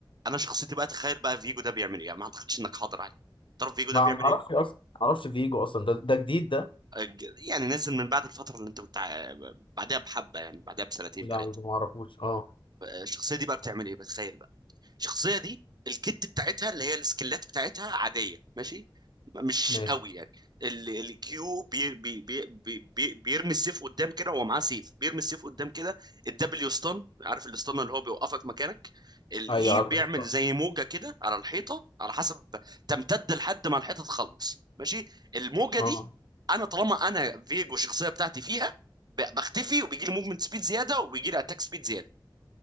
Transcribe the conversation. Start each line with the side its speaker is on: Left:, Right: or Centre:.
Right: انا شخصيتي بقى تخيل بقى فيجو ده بيعمل ايه يعني ما اعتقدش انك حاضر عليه تعرف فيجو ده
Left: ما
Right: بيعمل
Left: ما اعرفش
Right: ايه
Left: اصلا ما اعرفش فيجو اصلا ده ده جديد ده
Right: أج- يعني نزل من بعد الفتره اللي انت كنت ع- بعدها بحبه يعني بعدها بسنتين
Left: لا
Right: ثلاثه
Left: ما اعرفوش اه
Right: الشخصيه دي بقى بتعمل ايه بتخيل بقى الشخصيه دي الكت بتاعتها اللي هي السكلات بتاعتها عاديه ماشي مش
Left: ماشي
Right: قوي يعني ال- الكيو بي بي بي بي بي بيرمي السيف قدام كده وهو معاه سيف بيرمي السيف قدام كده الدبليو ستان عارف الستان اللي هو بيوقفك مكانك الاي
Left: ايوه عارف
Right: بيعمل
Left: الاستان
Right: زي موجه كده على الحيطه على حسب تمتد لحد ما الحيطه تخلص ماشي الموجه
Left: اه
Right: دي انا طالما انا فيجو الشخصيه بتاعتي فيها ب- بختفي وبيجي لي موفمنت سبيد زياده وبيجي لي اتاك سبيد زياده